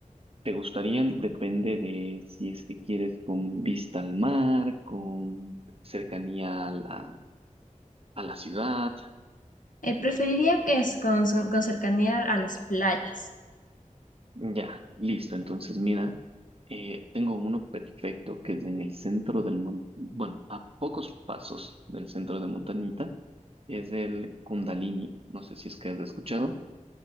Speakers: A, on the right (about 45°); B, on the left (about 75°).
A: ¿Te gustarían? Depende de si es que quieres con vista al mar, con cercanía a la, a la ciudad.
B: Eh, preferiría que es con, con cercanía a las playas.
A: Ya, listo. Entonces, mira, eh, tengo uno perfecto que es en el centro del mon- bueno, a pocos pasos del centro de Montañita. Es el Kundalini. No sé si es que has escuchado.